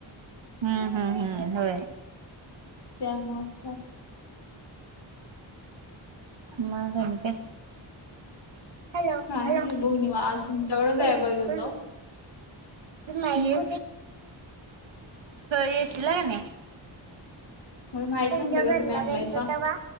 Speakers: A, on the right; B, on the left.
A: हम्म हम्म हम्म होय
B: त्यामूळचं अस वाटतंय.
A: मग आणि काय? हॅलो
B: काय
A: हॅलो
B: नाही बघ निवा आज तुमच्याकडे जाय
A: हॅलो
B: पाहिजे होत
A: नाही येशला नाही.
B: होय माहित
A: त्यांच्या
B: नव्हतं
A: घरला
B: ग तुम्ही आणलायसा.
A: गेलतो तवा